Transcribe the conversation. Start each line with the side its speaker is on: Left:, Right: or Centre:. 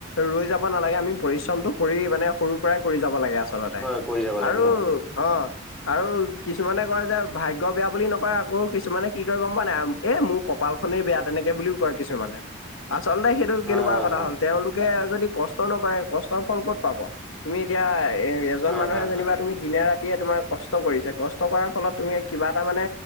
Left: ৰৈ যাব নালাগে আমি পৰিশ্ৰমটো কৰি মানে সৰু পৰাই কৰি যাব লাগে আচলতে
Centre: হয় কৰি যাব লাগে
Left: আৰু
Centre: হয় হয়
Left: অ আৰু কিছুমানে কয় যে ভাগ্য বেয়া বুলি নকয় আকৌ কিছুমানে কি কয় গম পা নাই এ মোৰ কপালখনেই বেয়া তেনেকে বুলিও কয় কিছুমানে, আচলতে সেইটো
Centre: হয়
Left: কেনেকুৱা কথা
Centre: হয় হয়
Left: হ'ল তেওঁলোক লোকে যদি কষ্ট নকৰে কষ্টৰ ফল ক'ত পাব? তুমি এতিয়া এ এজন
Centre: হয়
Left: মানুহে
Centre: হয়
Left: যেনিবা
Centre: হয়
Left: তুমি দিনে ৰাতিয়ে তোমাৰ কষ্ট কৰিছে, কষ্ট কৰাৰ ফলত তুমি কিবা এটা মানে